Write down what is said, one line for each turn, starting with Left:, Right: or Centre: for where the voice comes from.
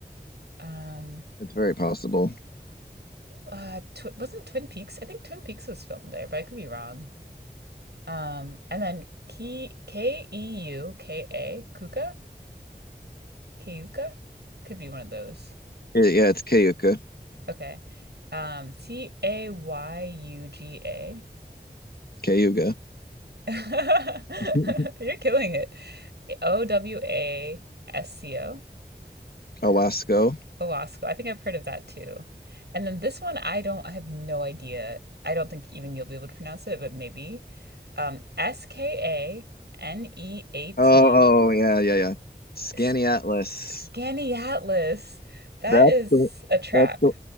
Right: Um,
Left: It's very possible.
Right: uh tw wasn't Twin Peaks? I think Twin Peaks was filmed there, but I could be wrong. Um, and then K K E U K A Kuka Keuka could be one of those.
Left: It, yeah, it's Cayuga.
Right: Okay. Um, C A Y U G A.
Left: Cayuga.
Right: <laughs>
Left: <laughs>
Right: You're killing it. O W A S C O.
Left: Owasco.
Right: Owasco. I think I've heard of that too. And then this one, I don't, I have no idea. I don't think even you'll be able to pronounce it, but maybe. Um, S-K-A-N-E-A-T,
Left: Oh, oh yeah, yeah, yeah. Scanny
Right: S-
Left: Atlas.
Right: Scaniatlas. That
Left: That's
Right: is
Left: the
Right: a trap.
Left: that's the
Right: <laughs>